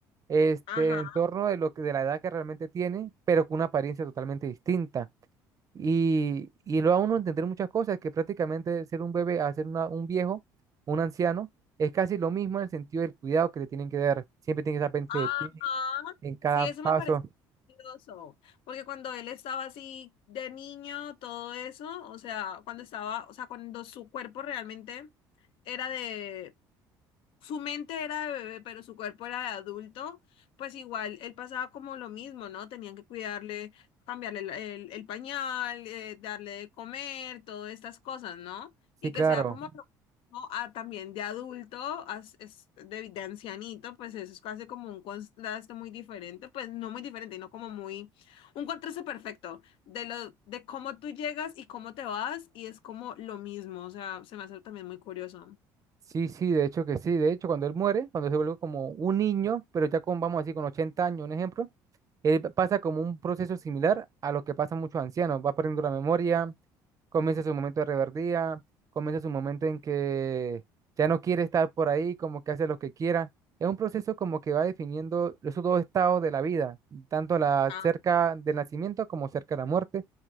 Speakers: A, on the right; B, on the left.
A: Este,
B: Ajá,
A: en torno de lo que, de la edad que realmente tiene, pero con una apariencia totalmente distinta. Y, y lo da uno a entender muchas cosas, que prácticamente ser un bebé a ser una- un viejo, un anciano, es casi lo mismo en el sentido del cuidado que le tienen que dar. Siempre tienen que estar pendiente
B: ajá.
A: de ti en cada
B: Sí, eso
A: paso.
B: me parece curioso, porque cuando él estaba así de niño, todo eso, o sea, cuando estaba, o sea, cuando su cuerpo realmente era de su mente era de bebé, pero su cuerpo era de adulto, pues igual él pasaba como lo mismo, ¿no? Tenían que cuidarle, cambiarle el, el- el pañal, eh, darle de comer, todas estas cosas, ¿no? Y
A: Sí, claro.
B: que sea como lo mismo a, también de adulto, a- es de, de ancianito, pues eso es casi como un contraste muy diferente, pues no muy diferente, sino como muy, un contraste perfecto de lo, de cómo tú llegas y cómo te vas, y es como lo mismo, o sea, se me hace también muy curioso.
A: Sí, sí, de hecho que sí. De hecho, cuando él muere, cuando se vuelve como un niño, pero ya con, vamos a decir, con 80 años, un ejemplo, Él pasa como un proceso similar a lo que pasa a muchos ancianos. Va perdiendo la memoria, comienza su momento de reverdía, comienza su momento en que ya no quiere estar por ahí, como que hace lo que quiera. Es un proceso como que va definiendo esos dos estados de la vida, tanto la
B: Ah,
A: cerca del nacimiento como cerca de la muerte.